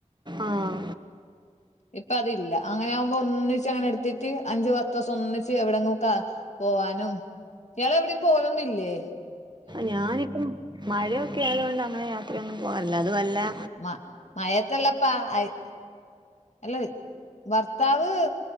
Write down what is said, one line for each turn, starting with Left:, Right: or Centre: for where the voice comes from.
Right: ആഹ്
Left: ഇപ്പതില്ല അങ്ങനെയാവുമ്പൊന്നിച്ചങ്ങനെട്ത്തിറ്റ് അഞ്ചു പത്തൂസം ഒന്നിച്ച് എവിടെങ്ങൊക്ക പോവാനും ഇയാളെവിടിം പോവലൊന്നില്ലേ
Right: ഞാനിപ്പം മഴയൊക്കെയായതു കൊണ്ട് അങ്ങനെ യാത്രയൊന്നും പോവാറില്ല അത് വല്ലാ
Left: മഴ മയത്തല്ലപ്പാ അയ് അല്ല ഭർത്താവ്